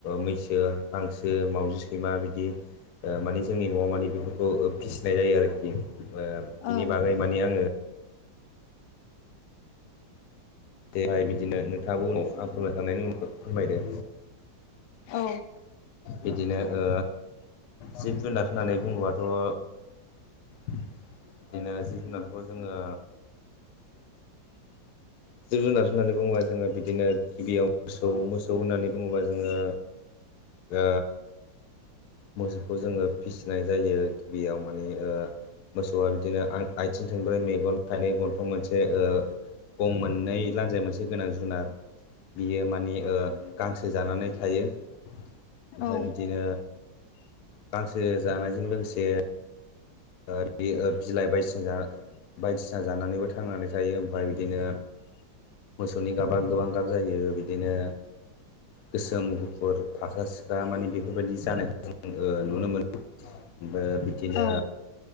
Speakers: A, on the left; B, on the left.
A: मैसो हांसो मावजि सैमा बिदि ओ माने जोंनि न'आव माने बेफोरखौ फिसिनाय जायो आरोखि ओ बिनि
B: ओं
A: बागै माने आङो देहाय बिदिनो नोंथाङाबो उनाव आं फोरमायखांनायनि उनखौ फोरमायदो।
B: औ।
A: बिदिनो ओ जिब जुनार होननानै बुङोबाथ' ओ बिदिनो जिब जुनारखौ जोङो जिब जुनार होननानै बुङोबा जोङो बिदिनो गिबियाव मोसौ मोसौ होननानै बुङोबा जोङो ओ मोसौखौ जोङो फिसिनाय जायो गिबियाव माने ओ मोसौआ बिदिनो आं आथिं संब्रै मेगन थाइनै गनथं मोनसे‌ ओ गं मोननै लान्जाय मोनसे गोनां जुनार बियो माने ओ गांसो जानानै थायो ओमफफ्राय
B: औ
A: बिदिनो गांसो जानायजों लोगोसे ओ बि ओ बिलाइ बायदिसिना‌ जाना बायदिसिना जानानैबो थांनानै थायो ओमफफ्राय बिदिनो मोसौनि गाबा गोबां गाब जायो बिदिनो गोसोम गुफुर फाख्रा सिख्रा माने बेफोरबायदि जानायखौ ओ जों नुनो मोनो। ओमफ्राय बिदिनो
B: औ